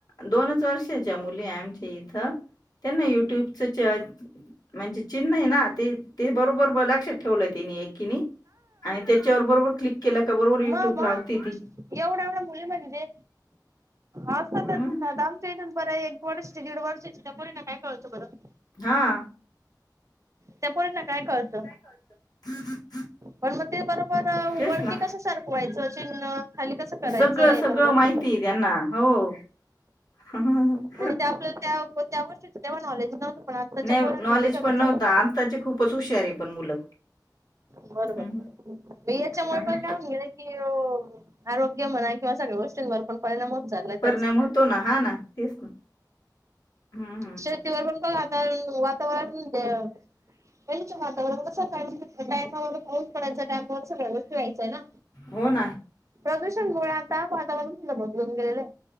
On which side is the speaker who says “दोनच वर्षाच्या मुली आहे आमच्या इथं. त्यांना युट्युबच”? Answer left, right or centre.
Left